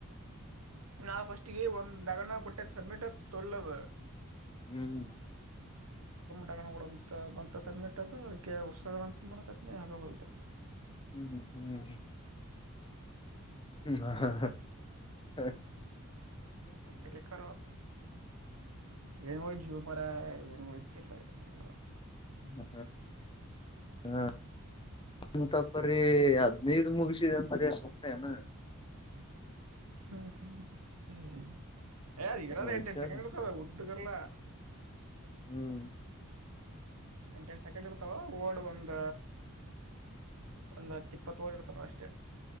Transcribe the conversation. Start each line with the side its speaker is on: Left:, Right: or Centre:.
Right: ನಾವು ಫಸ್ಟ್ಗೆ ಒಂದು ಗಗನ ಕೊಟ್ಟ ಸಬ್ಮಿಟ್ ತೊಳ್ಳವ
Left: ಹ್ಮ್
Right: ಟಡಂತ ಮ ಸ್ಮೆ ಅದ ಅದ ಉಸಂತ ಮಾಡಕತ್ನ ಆಗಲ್
Left: ಹ್ಮ್ ಹ್ಮ್ ಹಾ ಹಾ ಹಾ
Right: ಲ್ಲಿಕ್ಕ ಏನು ಜುವ ಮರ ಹಿಲ್ಲಲ್ಲ
Left: ಹ್ಮ್ ಹ್ಮ್ ಅಂತಪರಿ ಹದ್ನದ ಮುಗಸಿದ ಅಂತರಿ ಸುಮನೆನಾ
Right: ಹ್ಮ್ ಹ್ಮ್ ಹ್ಮ್ಅದ್ ಇರದ
Left: ವಜ್ಜದ
Right: ಎಂಟೆಡು ಸೆಕೆಂಡ್ ಇರ್ತದ ಉದ್ದಗರ್ಲ್ಲಾ
Left: ಹ್ಮ್
Right: ಎಂಟಂ ಸೆಕೆಂಡ್ ಇರ್ತಾವ ಓಡ್ ಒಂದ ಒಂದ್ ಹತ್ತು ಇಪ್ಪತ್ತು ಓಡ್ ಇರ್ತ ತ ಅಷ್ಟೆ